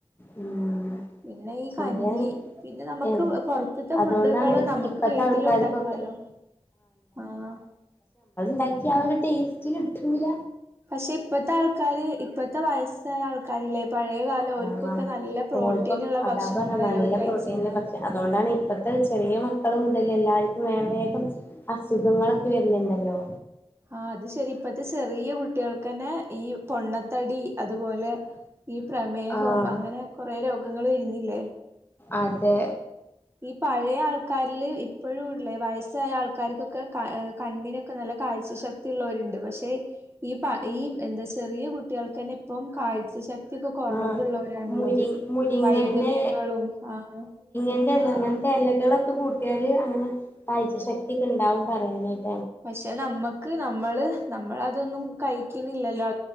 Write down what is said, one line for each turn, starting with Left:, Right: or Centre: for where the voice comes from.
Left: ഉം
Right: പിന്നെ ഈ
Left: ശരിയാണ്
Right: കഞ്ഞി പിന്നെ നമുക്ക്
Left: ഏഹ്
Right: പൊറത്തുത്തെ
Left: അതോണ്ടാണ്
Right: ഫുഡുകള് നമ്മുക്ക്
Left: ഇപ്പത്തെ
Right: വീട്ടിലു
Left: ആൾക്കാർക്കൊക്കെ
Right: ഉണ്ടാക്കാലോ ആഹ്
Left: ണ്ടാക്കിയാ ആ ഒരു ടേസ്റ്റ് കിട്ടൂല.
Right: പക്ഷെ ഇപ്പത്തെ ആൾക്കാര് ഇപ്പത്തെ വയസ്സായ ആൾക്കാരില്ലേ. പഴയ കാലം ഓര്ക്കൊക്കെ
Left: ആഹ്
Right: നല്ല പ്രോട്ടീനുള്ള
Left: ഓൽക്കൊക് അതാ
Right: ഭക്ഷണങ്ങളല്ലേ
Left: പറ്ണെ നല്ല
Right: ഓര് കഴിച്ചീന്നെ
Left: പ്രോട്ടീന്ള്ള ഭക്ഷ അതുകൊണ്ടാണ് ഇപ്പത്തെ ചെറിയ മ ക്കള് മുതൽ എല്ലാർക്കും വേം വേഗം അസുഖങ്ങളൊക്കെ വര്ന്ണ്ടല്ലോ.
Right: ആഹ് അത് ശെരി ഇപ്പത്തെ ചെറിയ കുട്ടികൾക്ക്ന്നെ ഈ പൊണ്ണ തടി അതുപോലെ ഈ പ്രമേഹവും
Left: ആഹ്
Right: അങ്ങനെ കൊറേ രോഗ ഗങ്ങൾ വര്ന്നില്ലേ.
Left: അതെ.
Right: ഈ പഴയ ആൾക്കാരില് ഇപ്പഴുംള്ളേ വയസ്സായ ആൾക്കാർക്കൊക്കെ ക ഏഹ് കണ്ണിനൊക്കെ നല്ല കാഴ്ച ശ ക്തി ഉള്ളോര്ണ്ട്. പക്ഷെ ഈ പ ഈ എന്താ ചെറിയ കുട്ടികൾക്കന്നെ ഇപ്പം കാഴ്ച ശ ക്‌തി യൊക്കെ കൊറവുള്ളവരാണുള്ളത്.
Left: ആഹ് മുരി മുരിങ്ങന്റെ
Right: വൈകല്യങ്ങളും ആഹ്
Left: ൻ്റെല്ലാ
Right: ആഹ്
Left: അങ്ങൻത്തെ
Right: ആഹ്
Left: എലകളൊ ഒക്കെ കൂട്ടിയാല് അങ്ങനെ കാഴ്ച്ച ശക്തി ക്കെണ്ടാവും പറിണേക്ക
Right: പക്ഷേ നമ്മക്ക് നമ്മള് നമ്മൾ അതൊന്നും കഴിക്കുന്നില്ലല്ലോ